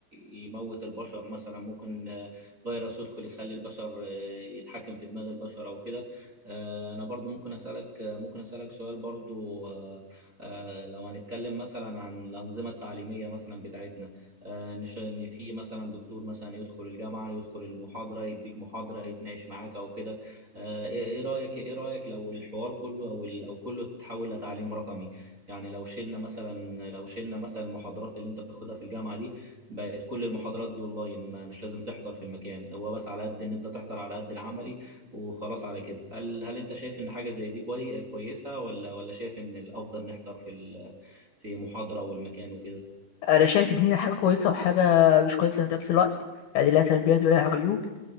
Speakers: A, on the right; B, on the left.
A: يموت البشر مثلا ممكن آه، فيروس يدخل يخلي البشر آه، يتحكم في دماغ البشر او كده آه، انا برضو ممكن اسالك آه، ممكن اسالك سؤال برضو آه، آه، لو هنتكلم مثلا عن الانظمه التعليميه مثلا بتاعتنا آه، نش- ان في مثلا دكتور مثلا يدخل الجامعه يدخل المحاضره يديك محاضره يتناقش معاك او كده آه، ايه إيه رايك ايه رايك لو الحوار كله او ال- او كله تحول لتعليم رقمي يعني لو شلنا مثلا لو شلنا مثلا المحاضرات اللي انت بتاخدها في الجامعه دي بقت كل المحاضرات دي اونلاين ما- مش لازم تحضر في المكان هو بس على قد ان انت تحضر على قد العملي وخلاص على كده هل هل انت شايف ان حاجه زي دي كوي... كويسه ولا ولا شايف ان الافضل نحضر في ال... في محاضره والمكان وكده
B: انا شايف ان هي حاجه كويسه وحاجه مش كويسه في نفس الوقت يعني لا سلبيات ولا عيوب